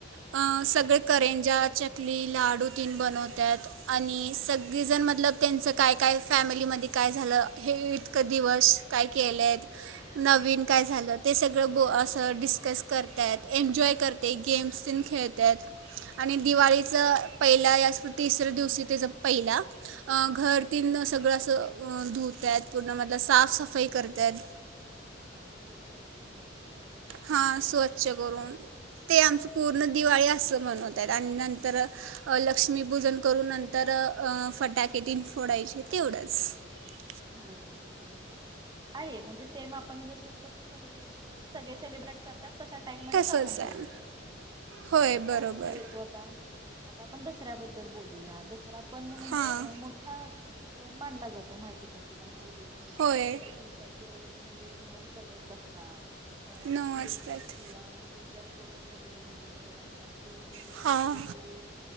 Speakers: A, on the right (about 80°); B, on the right (about 20°).
A: अ सगळे करेंजा, चकली, लाडू तीन बनवत्यात आणि -- सगळीजण मतलब त्यांचं काय काय फॅमिलीमध्ये काय झालं हे इतकं दिवस काय केलं आहेत नवीन काय झालं ते सगळं बो असं डिस्कस करत्यात एन्जॉय करते गेम्स खेळत आहेत आणि दिवाळीचं पहिल्या याच तिसर्या दिवशी त्याचं -- पहिला घर तेन सगळं अस धुत्यात पूर्ण म साफ सफाई करत्यात.
B: हा स्वच्छ करून घ्यायचं.
A: हा स्वछ. करून ते आमचं -- पूर्ण दिवाळी असं मनवत्यात. त्या नंतर लक्ष्मीपूजन करून नंतर फटाकेटीन फोडायचे तेवढंच --
B: हो ते म्हणजे आहे म्हणजे सेम आपण जस तस सगळे जस सगळे सेलिब्रेट करतात. तशा टाईप मध्येच
A: तसंच
B: आपण
A: आहे
B: सगळे करतो
A: होय
B: हो मग त्यानंतर
A: बरोबर
B: येतो आता आता आपण दसऱ्याबद्दल बोलूया. आपण म्हणजे
A: हां
B: मोठा अ -- <unintelligible> मांडला जातो माहितीच -- तुला नऊ- - दिवस
A: होय
B: नऊ दिवसात -- म्हणजे नऊ कलर्स असतात. अ
A: नऊ वाजतात
B: लेडीज किंवा म्ह -- जे ज्या गर्ल्स वगैरे मुली वगैरे असतात -- ते नऊ दिवस
A: हां
B: वेगवेगळे